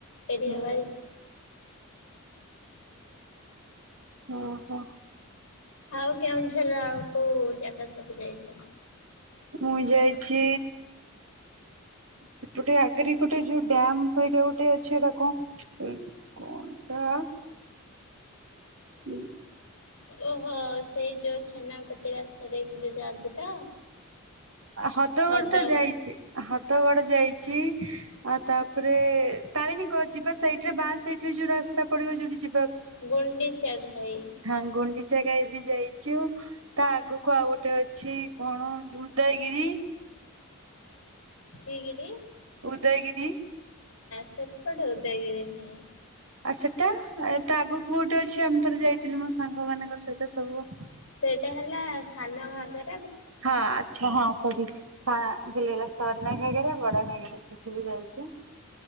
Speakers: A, on the left (about 60°); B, on the right (about 70°).
A: ଏରିଆୱାଇଜ୍।
B: ହୁଁ। ହଁ ହଁ।
A: ଆଉ କେଉଁଝର ଆଉ କୋଉ ଜାଗା ସବୁ ଯାଇଛ?
B: ମୁଇଁ ଯାଇଛି ସେପଟେ ଆଗରେ କୋଟେ ଯୋଉ ଡ୍ୟାମ୍ କହି କା ଗୋଟେ ଅଛି ଏଟା କ କଣ ତ? ହୁଁ
A: ଓହୋ ସେଇ ଯୋଉ ଛେନାପତି ରାସ୍ତା ଦେଇକି ଯୋଉ ଯାଆନ୍ତି ତ?
B: ହଦଗଡ
A: ହ୍ରଦ
B: ତ ଯାଇଚି ହଦଗଡ ଯାଇଚି। ଆଉ ତାପରେ ତାରିଣୀ କ ଯିବା ସାଇଟ୍ ରେ ବାଁ ସାଇଡ ରେ ଯୋଉ ରାସ୍ତା ପଡିବ ଯୋଉଠି ଯି
A: ଗୁଣ୍ଡିଚା ଘାଇ
B: ହଁ ଗୁଣ୍ଡି ଚା ଘାଇ ବି ଯାଇଚୁ ତା ଆଗକୁ ଆଉ ଗୋଟେ ଅଛି କଣ ଉଦୟଗିରି?
A: କିଏ ଗିରି?
B: ଉଦୟଗିରି।
A: ସେପଟେ ଉଦୟଗିରି ନୁହେଁ।
B: ଆଉ ସେଟା ତା ଆଗକୁ ଗୋଟେ ଅଛି ଆମେ ଥରେ ଯାଇଥିଲୁ ମୋ ସାଙ୍ଗ ମାନଙ୍କ ସହିତ ସବୁ।
A: ସେଇଟା ହେଲା ସାନଘାଗରା।
B: ହଁ ଆଛା ହଁ ସରି। ହଁ ଭୁଲ୍ ହେଇଗଲା ସାନଘାଗେରା ବଡ ଘାଗେରା ସେଠି ବି ଯାଇଚୁ।